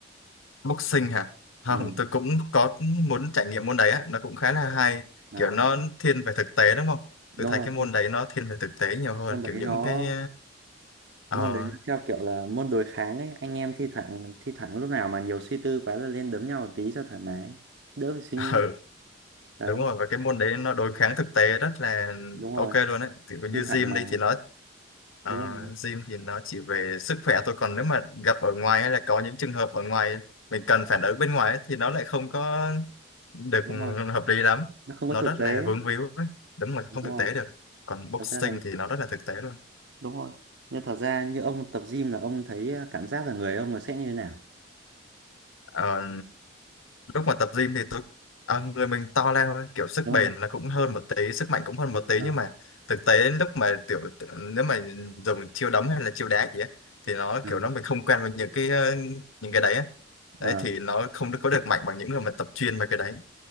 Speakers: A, on the left (about 80°); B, on the right (about 60°).
A: Boxing hả? Không,
B: ừ
A: tôi cũng có muốn trải nghiệm môn đấy á, nó cũng khá là hay,
B: à,
A: kiểu nó thiên về thực tế đúng không? Tôi
B: đúng
A: thấy
B: rồi
A: cái môn đấy nó thiên về thực tế nhiều hơn,
B: môn đấy
A: kiểu những
B: nó
A: cái
B: môn
A: ờ
B: đấy nó theo kiểu là môn đối kháng ấy anh em thi thoảng thi thoảng lúc nào mà nhiều suy tư quá là lên đấm nhau một tí cho thoải mái đỡ phải suy
A: <laughs>
B: nghĩ đấy
A: đúng rồi và cái môn đấy nó đối kháng thực tế rất là
B: đúng rồi
A: ok luôn đấy thì như
B: thi thoảng
A: gym
B: mà
A: đây thì nó ờ,
B: đúng rồi
A: gym thì nó chỉ về sức khỏe thôi còn nếu mà gặp ở ngoài hay là có những trường hợp ở ngoài mình cần phản ứng bên ngoài ấy, thì nó lại không có được
B: đúng rồi
A: hợp lý lắm
B: nó không có
A: nó
B: thực
A: rất
B: tế
A: là vướng víu ấy. đúng là
B: đúng
A: không
B: rồi
A: thực tế được còn boxing
B: thật ra thì
A: thì nó rất là thực tế luôn.
B: đúng rồi nhưng thật ra như ông tập gym là ông thấy à, cảm giác là người ông là sẽ như thế nào
A: Ờ, lúc mà tập gym thì tôi ờ, người mình to lên thôi kiểu sức
B: đúng
A: bền
B: không
A: là cũng hơn một tí sức mạnh cũng hơn một tí
B: ờ
A: nhưng mà thực tế lúc mà tiểu nếu mà dùng chiêu đấm hay là chiêu đá gì á thì nó
B: ờ
A: kiểu nó mình không quen với những cái ờ, những cái đấy á
B: ờ,
A: đấy thì nó không có được mạnh bằng những người mà tập chuyên về cái đấy